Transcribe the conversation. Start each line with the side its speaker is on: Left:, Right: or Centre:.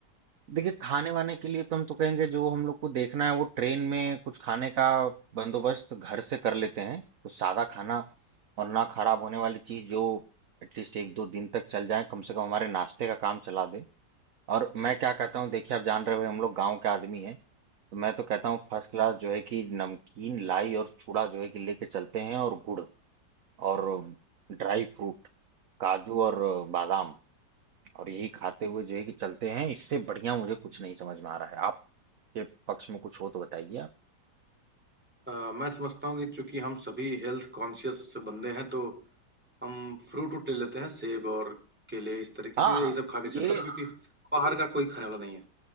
Right: देखिए खाने वाने के लिए तो हम तो कहेंगे जो हम लोग को देखना है वो ट्रेन में कुछ खाने का बंदोबस्त घर से कर लेते हैं कुछ सादा खाना और ना खराब होने वाली चीज जो एटलीस्ट एक दो दिन तक चल जाए कम से कम हमारे नाश्ते का काम चला दे और मैं क्या कहता हूँ देखिए आप जान रहे हो हम लोग गांव के आदमी हैं तो मैं तो कहता हूँ फर्स्ट क्लास जो है कि नमकीन लाई और चूड़ा जो है कि लेके चलते हैं और गुड़ और ड्राई फ्रूट काजू और बादाम और यही खाते हुए जो है कि चलते हैं इससे बढ़िया मुझे कुछ नहीं समझ में आ रहा है आपके पक्ष में कुछ हो तो बताइए आप
Centre: अ, मैं समझता हूँ कि चूँकि हम सभी हेल्थ कॉन्शियस बंदे हैं तो हम फ्रूट-वूट ले लेते हैं, सेब और केले इस तरीके
Right: हाँ
Centre: के, यही
Right: हाँ
Centre: सब खा
Right: ये
Centre: के चलेंगे क्योंकि बाहर का कोई खाने वाला नहीं है।